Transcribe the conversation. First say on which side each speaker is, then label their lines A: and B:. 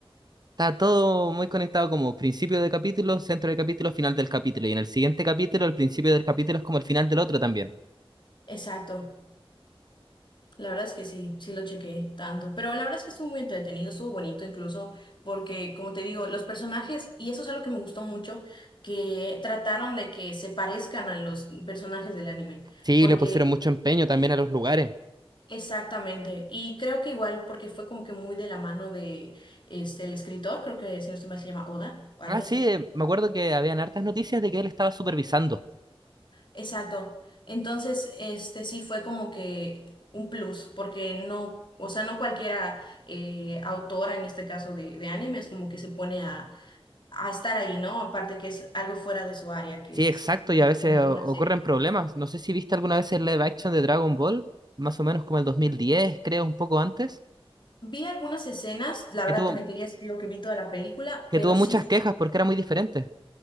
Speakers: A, on the right; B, on the left.
A: Está todo muy conectado como principio de capítulo, centro de capítulo, final del capítulo. Y en el siguiente capítulo, el principio del capítulo es como el final del otro también.
B: Exacto. La verdad es que sí, sí lo chequé tanto. Pero la verdad es que estuvo muy entretenido, estuvo bonito incluso, porque como te digo, los personajes, y eso es algo que me gustó mucho, que trataron de que se parezcan a los personajes del anime.
A: Sí,
B: Porque
A: le pusieron mucho empeño también a los lugares.
B: Exactamente, y creo que igual porque fue como que muy de la mano de este el escritor, creo que si no estoy mal se llama Oda o algo
A: Ah, sí,
B: así.
A: eh, me acuerdo que habían hartas noticias de que él estaba supervisando.
B: Exacto. Entonces, este sí fue como que un plus, porque no, o sea, no cualquiera eh, autora en este caso de, de animes como que se pone a, a estar ahí, ¿no? Aparte que es algo fuera de su área, que
A: Sí, exacto,
B: es
A: y
B: básicamente
A: a veces o-
B: una
A: ocurren
B: serie.
A: problemas. No sé si viste alguna vez el live action de Dragon Ball, más o menos como el 2010, creo, un poco antes,
B: Vi algunas escenas, la
A: que
B: verdad
A: tuvo,
B: te mentiría si te digo que vi toda la película,
A: que
B: pero
A: tuvo muchas
B: sí fue
A: quejas porque era muy diferente.